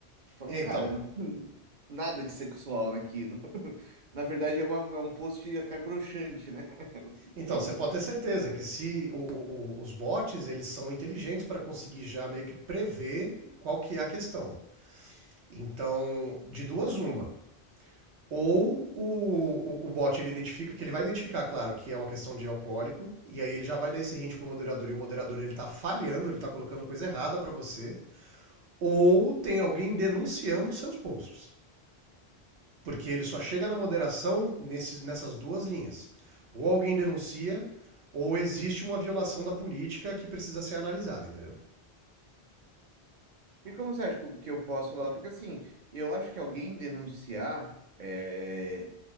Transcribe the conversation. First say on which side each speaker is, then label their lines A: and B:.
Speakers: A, on the right; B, on the right.
A: Eu Falo,
B: É,
A: cara,
B: Então,
A: não tem nada de sexual naquilo. <laughs> Na verdade, é, uma, é um post até broxante, né? Porque
B: então
A: é um,
B: você pode ter certeza que se o- o- o- os bots eles são inteligentes para conseguir já meio que prever qual que é a questão. Então, de duas uma, Ou o, o, o bot ele identifica, que ele vai identificar, claro, que é uma questão de alcoólico, e aí ele já vai dar esse hint pro moderador, e o moderador ele tá falhando, ele tá colocando coisa errada para você. Ou tem alguém denunciando os seus posts. Porque ele só chega na moderação nesses, nessas duas linhas. Ou alguém denuncia, ou existe uma violação da política que precisa ser analisada, entendeu?
A: E como você acha que eu que eu posso falar? Porque assim, eu acho que alguém denunciar é,